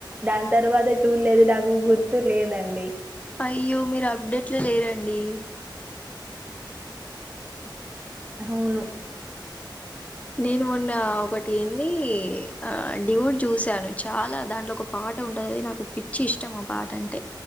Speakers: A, on the right; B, on the left.
A: దాని తర్వాత చూలేదు నాకు గుర్తు లేదండి
B: అయ్యో మీరు అప్డేట్ల లేరండి
A: హవును
B: నేను మొన్న ఒకటి ఏంది ఆ డ్యూడ్ చూసాను చాలా దాంట్ల ఒక పాట ఉంటది నాకు పిచ్చి ఇష్టం ఆ పాట అంటే